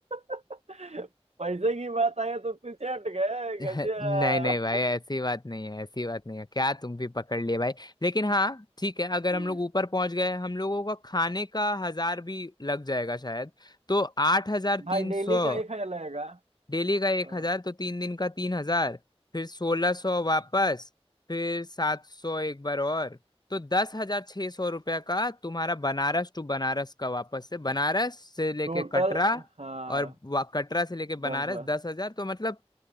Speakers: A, on the right; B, on the left.
A: <laughs> पैसे की बात आई तो पीछे हट गए
B: नहीं
A: गजब
B: नहीं भाई ऐसी बात नहीं है ऐसी बात नहीं है क्या तुम भी पकड़ लिए भाई लेकिन हाँ ठीक है अगर
A: <laughs>
B: हम लोग ऊपर पहुंच गए हम लोगों का खाने का हजार भी लग जाएगा शायद तो आठ हजार
A: भाई
B: तीन
A: डेली
B: सौ
A: का एक हजार लगेगा
B: डेली का एक
A: हाँ
B: हजार तो तीन दिन का तीन हजार फिर सोलह सौ वापस फिर सात सौ एक बार और तो दस हजार छः सौ रुपये का तुम्हारा बनारस टू बनारस का वापस से बनारस से लेके
A: टोटल
B: कटरा
A: हाँ
B: और वा- कटरा से लेके
A: बस
B: बनारस
A: बस
B: दस हजार तो मतलब